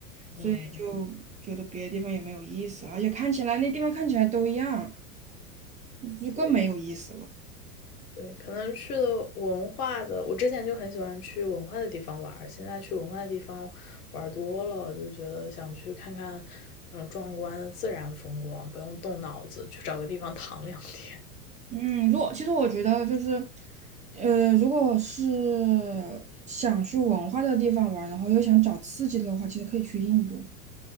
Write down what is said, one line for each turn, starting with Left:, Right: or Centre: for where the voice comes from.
Right: 所以就觉得别的地方也没有意思了，
Left: 嗯，
Right: 而且看起来那地方看起来都一样，就更没有意思了。
Left: 对，对，可能去了文化的，我之前就很喜欢去文化的地方玩儿现在去文化的地方玩儿多了，就觉得想去看看那种壮观的自然风光，不用动脑子，去找个地方躺两天。
Right: 嗯，如果其实我觉得就是，呃，如果是想去文化的地方玩然后又想找刺激的话，其实可以去印度。